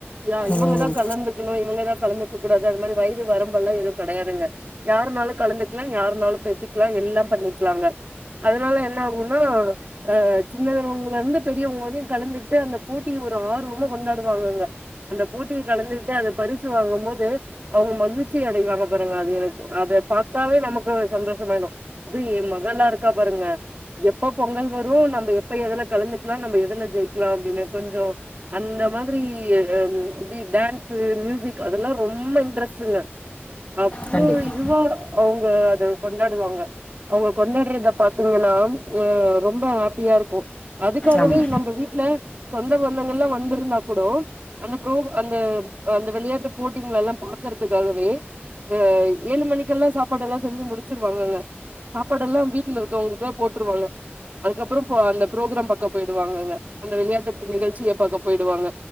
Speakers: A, on the right (about 40°); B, on the left (about 30°).
A: யா இவங்க
B: ம்
A: தா கலந்துக்கணு இவுங்கதா கலந்துக்கக் கூடாது அது மாரி வயது வரம்பெல்லா எதுவு கடையாதுங்க யாருனாலு கலந்துக்லா யாருனாலு பேசிக்லா எல்லாம் பண்ணிக்லாங்க அதனால என்ன ஆகுன்னா ஆ சின்னதவங்கலேருந்து பெரியவ்ங்க வரையு கலந்துகிட்டு அந்த போட்டிய ஒரு ஆர்வமா கொண்டாடுவாங்கங்க அந்த போட்டிய கலந்துகிட்டு அந்த பரிசு வாங்கம்போது அவுங்க மகிழ்ச்சி அடைவாங்க பாருங்க அது எனக்கு அத பாத்தாவே நமக்கு சந்தோஷமாயிடு அதுவு ஏ மகள்லா இருக்கா பாருங்க எப்ப பொங்கல் வரு நம்ப எப்ப எதுல கலந்துக்லா நம்ப எதுல ஜெயிக்கெலா அப்டின்னு கொஞ்சொ அந்த மாதிரி ஆ ம் டி டான்ஸு மியூசிக் அதெல்லா ரொம்ப இன்ட்ரெஸ்ட்டுங்க அவ்ளோ
B: கண்டிப்பாக
A: இதுவா அவுங்க அத கொண்டாடுவாங்க அவுங்க கொண்டாட்றத பாத்தீங்கன்னா ஆ ரொம்ப ஹேப்பியா இருக்கு அதுக்காகவே
B: ஆமாம்
A: நம்ப வீட்ல சொந்த பந்தங்கள்லா வந்திருந்தா கூடோ அந்த ப்ரோக் அந்த அந்த விளையாட்டு போட்டிங்களெல்லா பாக்கற்துக்காகவே ஆ ஏழு மணிக்கெல்லா சாப்பாடு எல்லா செஞ்சி முடிச்சிருவாங்கங்க சாப்பாடு எல்லா வீட்ல இருக்கவுங்களுக்குல்லா போட்ருவாங்க அதுக்கப்பறோ போ அந்த ப்ரோக்ராம் பக்கம் போயிடுவாங்கங்க அந்த விளையாட்டு ப நிகழ்ச்சிய பாக்க போயிடுவாங்க